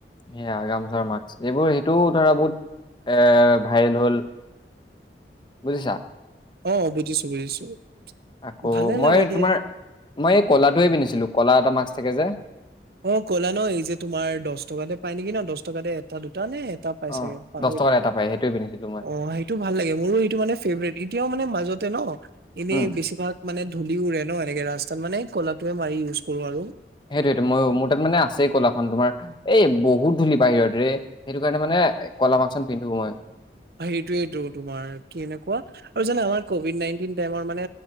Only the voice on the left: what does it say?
সেয়া গামোচাৰ মাস্ক এইবোৰ সেইটোও ধৰা বহুত। এ ভাইৰেল হ'ল বুজিছা।
আকৌ
মই
তোমাৰ, মই এই
তোমাৰ মইয়ে ক'লাটোৱে পিন্ধিছিলো ক'লা এটা মাস্ক থাকে যে।
অ
দহ টকাত এটা পায় সেইটোৱে পিন্ধিছিলো মই
উম
সেইটোৱেটো মইও, মোৰ তাত মানে আছেই কলাখন তোমাৰ এই বহুত ধূলি বাহিৰত ৰে সেইটো কাৰণে মানে এ কলা মাস্কখন পিন্ধো মই।